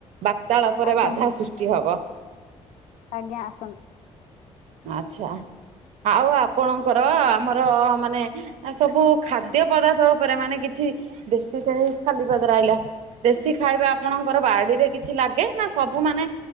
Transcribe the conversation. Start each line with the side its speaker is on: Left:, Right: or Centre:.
Right: ବାର୍ତାଳପରେ
Left: ଆସନ୍ତୁ
Right: ବାଧା ସୃଷ୍ଟି ହବ।
Left: ଆଜ୍ଞା ଆସନ୍ତୁ
Right: ଆଚ୍ଛା। ଆଉ ଆପଣଙ୍କର ଆମର ମାନେ ସବୁ ଖାଦ୍ୟ ପଦାର୍ଥ ଉପରେ ମାନେ କିଛି ଦେଶି ଖାଇ ଖାଲି ପାଦରେ ଆଇଲ ଦେଶି ଖାଇବା ଆପଣଙ୍କର ବାଡିରେ କିଛି ଲାଗେ ନା ସ ସବୁ ମାନେ